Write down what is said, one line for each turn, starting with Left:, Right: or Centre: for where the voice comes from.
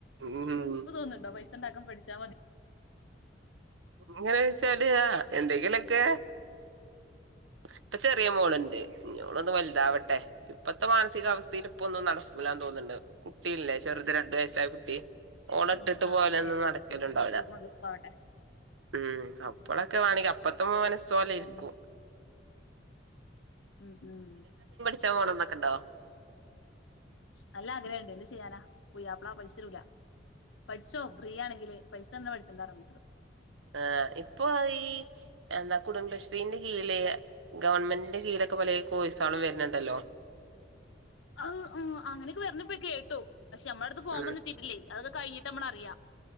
Right: ഉം
Left: ഇപ്പൊ തോന്നണ്ടോ പൈസ ഒണ്ടാക്കാൻ പഠിച്ചാ മതി
Right: എങ്ങനെ വെച്ചാല് എന്തെങ്കിലൊക്കെ ഇപ്പ ചെറിയ മോളൊണ്ട്. ഇനിയോളൊന്ന് വലുതാവട്ടെ. ഇപ്പത്തെ മാനസികാവസ്ഥയിൽ ഇപ്പ ഒന്നും നടക്കലന്ന് തോന്നുണ്ട്. കുട്ടിയല്ലെ ചെറു ത് രണ്ടു വയസായ കുട്ടി ഓളെ
Left: ഉം
Right: ഇട്ടിട്ട്
Left: ആഹ്
Right: പോയലൊന്നും
Left: ശരിയാ
Right: നടക്കലൊണ്ടാവില്ല.
Left: എന്നോട് സ്കൂൾക്ക് മദ്രസക്ക് ആവട്ടെ
Right: ഉം അപ്പളൊക്കെ വേണങ്കി അപ്പത്തെ മനസ്സ് പോലെ ഇരിക്കും.
Left: ഉം ഉം ഉം
Right: <unintelligible> പോണംന്നൊക്കെ ഒണ്ടോ?
Left: നല്ല ആഗ്രഹണ്ട് എന്ത് ചെയ്യാനാ പുയാപ്പളാ പൈസരൂല. പട് ച്ചോ ബ്രിയാണെങ്കിലേ പൈസന്ന് പട്ച്ചണ്ടാറിന്നോട്
Right: ആഹ് ഇപ്പൊ ഈ എന്താ കുടുംബശ്രീന്റെ കീയ്ല്ള്ള ഗവൺമെന്റിന്റെ കീയ്ലെ ഒക്കെ പലേ കോയ്സാളും വരുണ്ണ്ടല്ലോ
Left: അഹ് അഹ് അങ്ങനോക്കെ വര്ന്ന്പ്പ കേട്ടു. പക്ഷെ നമ്മടെട്ത്ത് ഫോം
Right: ഉം
Left: ഒന്നുംത്തിയിട്ടില്ലേ അതൊക്ക കഴിഞ്ഞിട്ടമ്മള അറിയാ